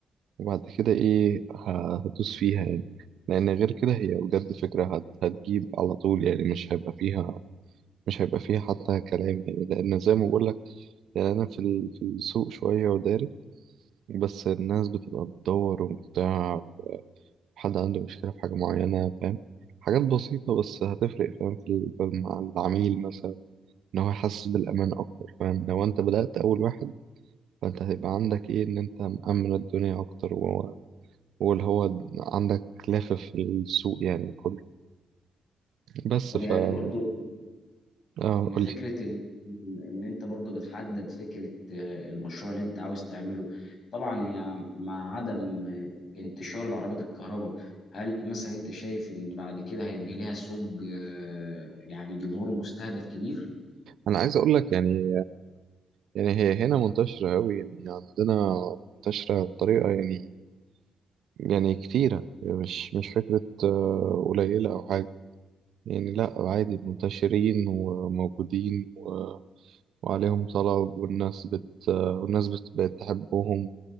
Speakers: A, on the right (about 75°); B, on the left (about 50°).
A: وبعد كده ايه ه- هدوس فيها يعني لان غير كده هي بجد فكرة هت- هتجيب على طول يعني مش هيبقى فيها مش هيبقى فيها حتى كلام يعني لان زي ما بقول لك يعني انا في ال- في السوق شوية وداري بس الناس بتبقى بتدور وبتاع حد عنده مشكلة في حاجة معينة فاهم حاجات بسيطة بس هتفرق فاهم في ال- في- مع العميل مثلا ان هو يحسس بالامان اكتر فاهم لو انت بدأت اول واحد فانت هيبقى عندك ايه ان انت مأمن الدنيا اكتر وهو واللي هو عندك لافف في السوق يعني كله بس
B: طب
A: ف
B: يعني
A: اه
B: برضو
A: قولي
B: ان فكرة ان ان انت برضو بتحدد فكرة آه، المشروع اللي انت عاوز تعمله طبعا يعني مع عدم آه، انتشار العربيات الكهرباء هل مثلا انت شايف ان بعد كده هيبقى ليها سوق آه، يعني جمهور مستهدف كبير
A: انا عايز اقول لك يعني يعني هي هنا منتشرة قوي يعني عندنا منتشرة بطريقة يعني يعني كتيرة مش مش فكرة آه، قليلة او حاجة يعني لا عادي منتشرين وموجودين و... وعليهم طلب والناس بت والناس بت- بقت تحبهم